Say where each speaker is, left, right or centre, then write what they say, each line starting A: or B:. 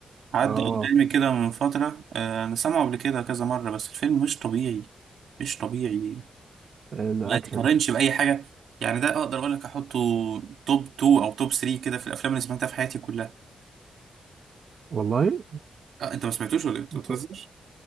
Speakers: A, on the right; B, on the right.
A: عدى
B: اه
A: قدامي كده من فتره آه، انا سامعه قبل كده كذا مره بس الفيلم مش طبيعي مش طبيعي
B: الاكشن
A: ما يتقارنش باي حاجه يعني ده اقدر اقول لك احطه توب 2 او توب 3 كده في الافلام اللي سمعتها في حياتي كلها
B: والله
A: أه انت ما سمعتوش ولا إيه؟ انت
B: انت...
A: بتهزر